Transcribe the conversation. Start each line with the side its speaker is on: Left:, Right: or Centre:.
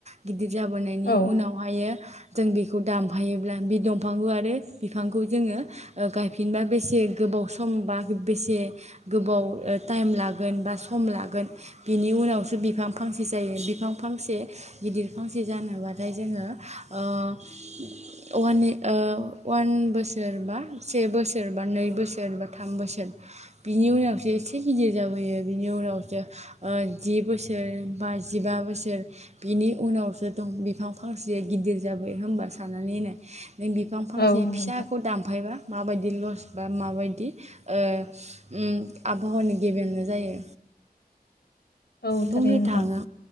Right: गिदिर जाबोनायनि
Left: औ
Right: उनावहायो जों बेखौ दानफायोब्ला बे दंफांखौ आरो बिफांखौ जोंङो ओ गायफिनबा बेसे गोबाव सम बा बेसे गोबाव टाइम लागोन बा सम लागोन बिनि उनावसो बिफां फांसे जायो बिफां फांसे गिदिर फांसे जानोब्लाथाय जोंङो ओ वान ओ वान बोसोर बा से बोसोर बा नै बोसोर बा थाम बोसोर बिनि उनावसो एसे गिदिर जाबोयो बिनि उनावसो ओ जि बोसोर बोसोर बा जिबा बोसोर बिनि उनावसो दं बिफां फांसेया गिदिर जाबाय होनबा साननानै होननाय नों बिफां फांसे
Left: औ नंगौ
Right: फिसाखौ
Left: नोंथां
Right: दानफायबा माबायदि लस बा माबायदि ओ ओम आबहावानि गेबेेंबो जायो।
Left: औ
Right: बुंनो
Left: थारैनो नोंथां
Right: थाङो